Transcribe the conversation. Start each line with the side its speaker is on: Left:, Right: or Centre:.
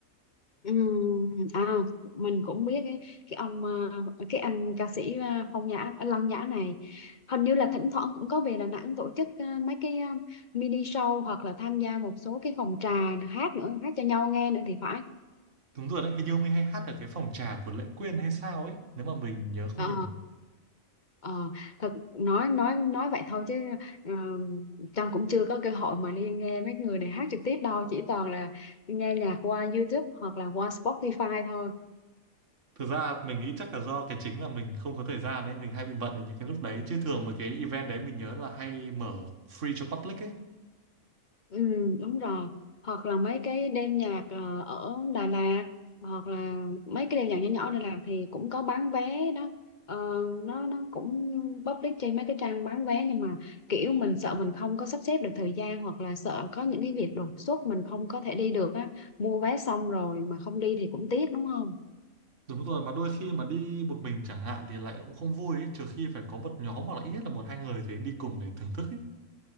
Left: Ừm, à mình cũng biết cái cái ông ờ, cái anh ca sĩ ờ, Phong Nhã ờ, Lăng Nhã này hình như là thỉnh thoảng cũng có về Đà Nẵng tổ chức ờ, mấy cái ờ, mini show hoặc là tham gia một số cái phòng trà hát nữa hát cho nhau nghe nữa thì phải
Right: Đúng rồi đấy, hình như ông ấy hay hát ở cái phòng trà của Lệ Quyên hay sao ấy, nếu mà mình nhớ không
Left: Ờ
Right: nhầm.
Left: Ờ, thật nói nói nói vậy thôi chứ ờ, Trâm cũng chưa có cơ hội mà đi nghe mấy người này hát trực tiếp đâu chỉ toàn là nghe nhạc qua YouTube hoặc là qua Spotify thôi
Right: Thực ra mình nghĩ chắc là do cái chính là mình không có thời gian ấy, mình hay bị bận ở những cái lúc đấy. Chứ thường mà cái event đấy mình nhớ là hay mở free cho public ấy.
Left: Ừ, đúng rồi. Hoặc là mấy cái đêm nhạc ờ, ở Đà Lạt hoặc là mấy cái đêm nhạc nhỏ nhỏ ở Đà Lạt thì cũng có bán vé đó. Ờ, nó nó cũng public trên mấy cái trang bán vé nhưng mà kiểu mình sợ mình không có sắp xếp được thời gian hoặc là sợ có những cái việc đột xuất mình không có thể đi được á. Mua vé xong rồi mà không đi thì cũng tiếc đúng không?
Right: Đúng rồi, mà đôi khi mà đi một mình chẳng hạn thì lại cũng không vui ấy, trừ khi phải có một nhóm hoặc là ít nhất là một hai người thì đi cùng để thưởng thức ấy.